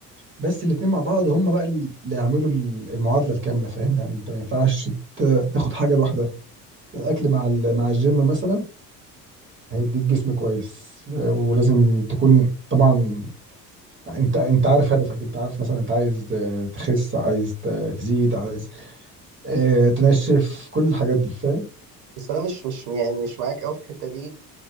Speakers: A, on the right (about 25°); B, on the right (about 55°).
A: بس الاتنين مع بعض هم بقى اللي يعملوا ال- المعادله الكامله فاهم يعني انت ما ينفعش ت- تاخد حاجه لوحدها الاكل مع ال- مع الجيم مثلا هيديك جسم كويس آه، ولازم تكون طبعا انت انت عارف هدفك انت عارف مثلا انت عايز آه، تخس عايز ت- تزيد عايز آه، تنشف كل الحاجات دي فاهم
B: بس انا مش مش يعني مش معاك قوي في الحتة دي